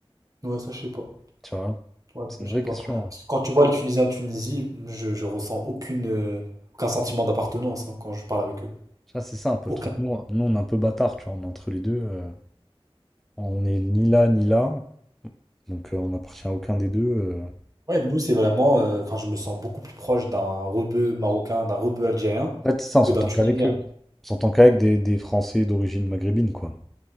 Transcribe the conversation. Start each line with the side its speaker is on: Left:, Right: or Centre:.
Right: Ouais, ça, je sais pas.
Centre: Tu vois,
Right: Ouais,
Centre: c'est
Right: je
Centre: une vraie
Right: sais pas.
Centre: question. hein.
Right: Parce que quand tu vois les Tunisiens de Tunisie, je, je ressens aucune, euh, aucun sentiment d'appartenance hein, quand je parle avec eux.
Centre: Ça c'est ça un peu
Right: Aucun.
Centre: le truc. Nous, on nous, on est un peu bâtard, tu vois, on est entre les deux. euh, on est ni là, ni là. Donc, euh, on n'appartient à aucun des deux. euh.
Right: Ouais, nous, c'est vraiment. euh, Enfin, je me sens beaucoup plus proche d'un rebeu marocain, d'un rebeu algérien
Centre: En fait, c'est ça, on
Right: que
Centre: s'entend
Right: d'un Tunisien.
Centre: qu'avec eux. On s'entend qu'avec des, des Français d'origine maghrébine, quoi.